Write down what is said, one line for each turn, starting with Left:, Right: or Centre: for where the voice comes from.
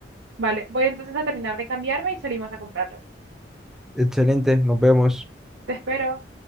Right: Vale, voy entonces a terminar de cambiarme y salimos a comprarlo.
Centre: Excelente, nos vemos.
Right: Te espero.